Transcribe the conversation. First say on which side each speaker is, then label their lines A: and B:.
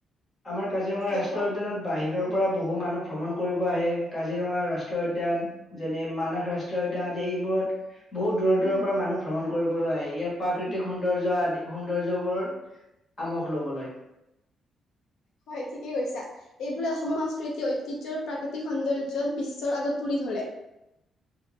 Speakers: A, on the left; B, on the left.
A: আমাৰ কাজিৰঙা
B: হয়
A: ৰাষ্ট্ৰীয়
B: কোৱা
A: উদ্যানত বাহিৰৰ পৰা পৰা বহু মানুহ ভ্ৰমণ কৰিব আহে কাজিৰঙা ৰাষ্ট্ৰীয় উদ্যান। যেনে মানাহ ৰাষ্ট্ৰীয় উদ্যান আদি এইবোৰত। বহুত দূৰৰ দূৰৰ পৰা মানুহ ভ্ৰমণ কৰিবলৈ আহ ইয়াৰ প্ৰাকৃতিক সৌন্দৰ্য আদি সৌন্দৰ্যবোৰৰ আমোক ল'বলৈ।
B: হয় ঠিকেই কৈছা। এইবোৰে অসমৰ সংস্কৃতি ঐতিহ্য আৰু প্ৰাকৃতিক সৌন্দৰ্যক বিশ্বৰ আগত তুলি ধৰে